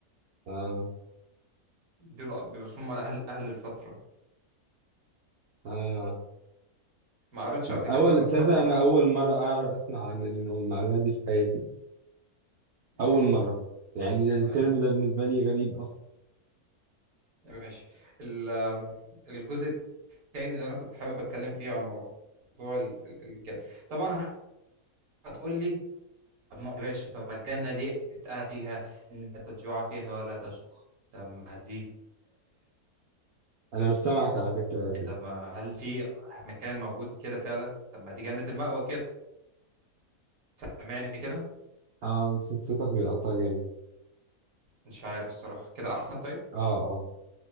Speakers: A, on the right; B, on the right.
A: اه
B: دول بيبقوا اسمهم اهل اهل الفتره
A: اه
B: ما قريتش
A: الاول
B: قبل كده عن اصحاب
A: تصدق
B: الاعراف
A: انا اول مره اعرف اسمع عن المعلومه دي في حياتي
B: مم.
A: اول مره يعني الترم
B: ايوه
A: ده بالنسبه لي غريب اصلا
B: ماشي ال- آم، الجزء الثاني اللي انا كنت حابب اتكلم فيه عن موضوع ال- ال- الجنه طبعا هتقول لي طب ما يا باشا طب ما الجنه دي اتقال فيها ان لا تجوع فيها ولا تشقى طب ما دي
A: انا مش سامعك على فكره يا سيدي
B: طب ما هل في مكان موجود كده فعلا طب ما دي جنه المأوى كده سامعني كده
A: اه صوت- صوتك بيقطع جامد
B: مش عارف الصراحه كده احسن طيب
A: اه اه